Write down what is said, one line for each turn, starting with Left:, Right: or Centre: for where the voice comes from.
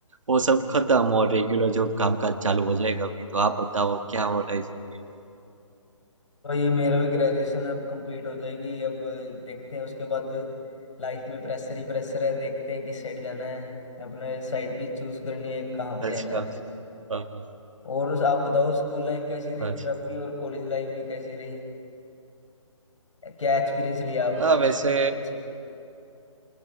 Right: वो सब खत्म और रेगुलर जो कामकाज चालू हो जाएगा अभी तो आप बताओ क्या हो रहा है जिंदगी में
Left: भाई मेरा भी ग्रेजुएशन अब कंप्लीट हो जाएगी अब देखते हैं उसके बाद लाइफ में प्रेशर ही प्रेशर है देखते हैं किस साइड जाना है अपने साइड भी चूज करनी है कहाँ पे
Right: अच्छा
Left: जाना है
Right: हाँ, हाँ,
Left: और आप बताओ स्कूल लाइफ कैसी रही
Right: अच्छा
Left: फिर आपकी और कॉलेज लाइफ भी कैसी रही क्या एक्सपीरियंस लिया आपने
Right: हाँ
Left: अपने
Right: वैसे
Left: स्कूल लाइफ से